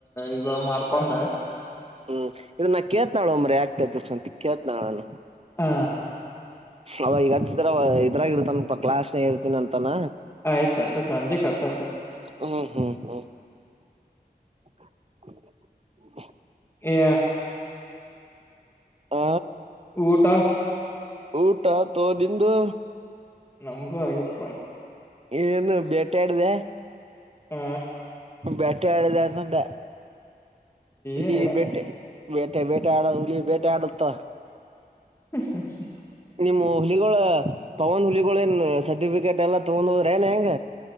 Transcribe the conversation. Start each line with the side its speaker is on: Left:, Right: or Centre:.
Left: ಇದು ಮಾಡ್ಕೊಂಡ
Right: ಹ್ಮ್ ಇದನ್ನಾ ಕೇತನಾಳ ಒಮ್ಮ್ರೀ ಯಾಕ್ ಕೆ ಸಂತ ಕೇತ್ನಳಲ್ಲ
Left: ಹ
Right: ಅವ ಈಗ ಹಚ್ಚಿದ್ರ ಇದ್ರಾಗ ಇರ್ತಾನಪ್ಪಾ ಕ್ಲಾಸ್ನಾಗ್ ಇರ್ತಿನಿ ಅಂತಾನ.
Left: ಆಯ್ತುತ ಸಂಜೆ ಕತ ಆಯ್ತ.
Right: ಹ್ಮ್ ಹ್ಮ್ ಹ್ಮ್ <inaudible>
Left: ಏ
Right: ಹ
Left: ಊಟ
Right: ಊಟ ಆತೋ ನಿಂದು.
Left: ನಮ್ದು ಆಗಿದೆ ಅಪ್ಪ.
Right: ಏನು ಬೇಟಾಡ್ದ
Left: ಹ
Right: ಬೇಟಿಯಾಡ್ದೆ ನಂದೇ ಇಲ್ಲಿ
Left: ಏನಿಲ್ಲ
Right: ಬೆಟ್ಟೆ. ಬೇಟೆ ಬೇಟೆ ಆಡ ಹಳಿಯ ಬೇಟೆ ಆಡುತ್ತ.
Left: ಅಷ್ಟರಿ <unintelligible>
Right: ನಿಮ್ಮ ಹುಲಿಗಳು ಪವನ್ ಹುಲಿಗಳನ್ ಸರ್ಟಿಫಿಕೇಟ್ ಎಲ್ಲಾ ತಗೊಂಡ್ ಹೋದ್ರ ನ್ ಹೆಂಗ